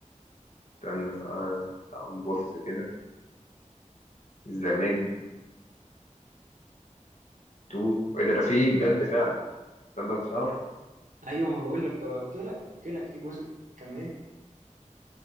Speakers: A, on the left; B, on the right.
A: استنى تعال تعال نبص كده زمان تو ايه ده ده فيه بجد فعلا تصدق ما كنتش اعرف
B: ايوه ما بقول لك قلت لك قلت لك في جزء كمان